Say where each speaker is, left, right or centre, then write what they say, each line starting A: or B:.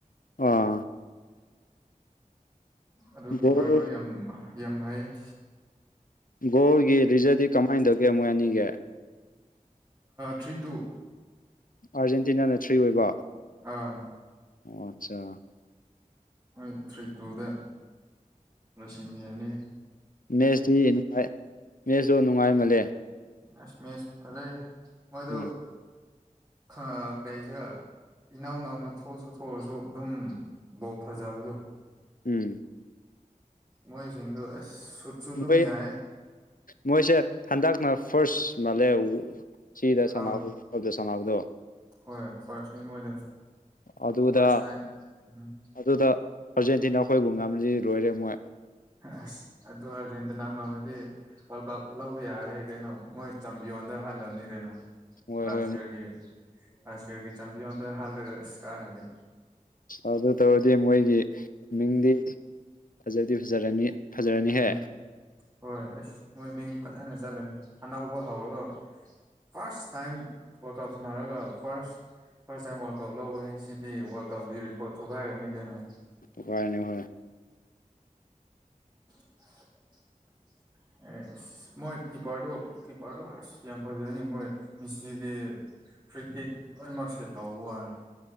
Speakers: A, on the left (about 80°); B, on the right (about 20°).
A: ꯑꯥ
B: ꯑꯗꯨ
A: ꯒꯣꯜ
B: ꯀꯤꯄꯔꯗꯣ ꯌꯥꯝ ꯌꯥꯝ ꯍꯥꯏꯩ
A: ꯒꯣꯒꯤ ꯔꯤꯖꯔꯗꯤ ꯀꯃꯥꯏꯅ ꯇꯧꯒꯦ ꯃꯣꯏ ꯑꯅꯤꯒ
B: ꯊ꯭ꯔꯤ ꯇꯨ
A: ꯑꯥꯔꯖꯦꯟꯇꯤꯅꯥꯅ ꯊ꯭ꯔꯤ ꯑꯣꯏꯕ
B: ꯑꯥ
A: ꯑꯣ ꯑꯆꯥ
B: ꯑꯩꯣꯏ ꯊ꯭ꯔꯤ ꯇꯨꯗ ꯂꯁꯤꯡ ꯍꯔꯅꯤ
A: ꯃꯦꯠꯁꯇꯤ ꯅꯨꯡꯉꯥꯏ ꯃꯦꯠꯁꯇꯣ ꯅꯨꯡꯉꯥꯏꯃꯜꯂꯦ
B: ꯑꯁ ꯃꯤꯁ ꯑꯗꯩ ꯃꯣꯏꯗꯨ
A: ꯎꯝ
B: ꯍꯥ ꯀꯩꯁ ꯏꯅꯥꯎ ꯏꯅꯥꯎꯅ ꯊꯣꯛꯑꯁꯨ ꯊꯣꯛꯑꯁꯨ ꯑꯗꯨꯝ ꯕꯣ ꯐꯖꯕꯗꯣ
A: ꯎꯝ
B: ꯃꯍꯤꯁꯤꯡꯗꯨ ꯑꯁ ꯁꯨꯠꯁꯨ ꯑꯗꯨꯝ
A: ꯃꯣꯏ
B: ꯌꯥꯏ
A: ꯃꯣꯏꯁꯦ ꯍꯟꯗꯛꯅ ꯐꯥꯔꯁ ꯃꯥꯂꯦ ꯁꯤꯗ ꯁꯗꯣꯗꯣ
B: ꯑ
A: ꯁꯅꯕꯗꯣ
B: ꯍꯣꯏ ꯍꯣꯏ ꯐꯥꯔꯁ ꯃꯣꯏꯗ
A: ꯑꯗꯨꯗ
B: ꯐꯥꯔꯁ ꯇ ꯎꯝ
A: ꯑꯗꯨꯗ ꯑꯥꯔꯖꯦꯟꯇꯤꯅꯥ ꯑꯩꯈꯣꯏꯕꯨ ꯉꯝꯁꯤ ꯂꯣꯏꯔꯦ ꯃꯣꯏ
B: ꯑꯁ ꯑꯗꯨ ꯑꯥꯔꯖꯦꯟꯇꯤꯅꯥ ꯉꯅꯗꯤ ꯋꯥꯔꯜ ꯀꯞ ꯂꯧꯕ ꯌꯥꯔꯍꯦ ꯀꯩꯅꯣ ꯃꯣꯏ ꯆꯝꯕꯤꯌꯣꯟꯗ ꯍꯜꯂꯕꯅꯤ ꯀꯩꯅꯣ
A: ꯍꯣꯏ
B: ꯂꯥꯁ
A: ꯍꯣꯏ
B: ꯏꯌꯥꯔꯒꯤ ꯂꯥꯁ ꯏꯌꯥꯔꯒꯤ ꯆꯝꯕꯤꯌꯣꯟ ꯍꯜꯂꯒꯁ ꯀꯥꯏꯗꯤ
A: ꯑꯗꯨ ꯇꯧꯔꯗꯤ ꯃꯣꯏꯒꯤ ꯃꯤꯡꯗꯤ ꯐꯖꯗꯤ ꯐꯖꯔꯅꯤ ꯐꯖꯔꯅꯤꯍꯦ
B: ꯎꯝ ꯍꯣꯏ ꯑꯁ ꯃꯣꯏ ꯃꯤꯡ ꯐꯖꯅ ꯆꯠꯂꯅꯤ ꯑꯅꯧꯕ ꯍꯧꯔꯒ ꯐꯥꯔꯁ ꯇꯥꯏꯝ ꯋꯥꯔꯜ ꯀꯞ ꯁꯥꯟꯅꯔꯒ ꯐꯥꯔꯁ ꯐꯥꯔꯁ ꯇꯥꯏꯝ ꯋꯥꯔꯜꯀꯞ ꯂꯧꯕ ꯍꯥꯏ ꯁꯤꯗꯤ ꯋꯥꯔꯜ ꯀꯞꯀꯤ ꯔꯤꯄꯣꯔꯠ ꯊꯨꯈꯥꯏꯔꯅꯤ ꯀꯩꯅꯣ
A: ꯇ ꯀꯥꯏꯅꯤ ꯍ
B: <unintelligible> <inaudible> ꯑꯦ ꯑꯁ ꯃꯣꯏ ꯀꯤꯄꯔꯗꯣ ꯀꯤꯄꯔꯗꯣ ꯑꯁ ꯌꯥꯝ ꯐꯖꯅꯤ ꯃꯣꯏ ꯃꯤꯁꯤꯒꯤ ꯀ꯭ꯔꯤꯀꯦꯠ ꯂꯣꯏꯅꯃꯛꯁꯦ ꯇꯧꯕ ꯋꯥꯅꯤ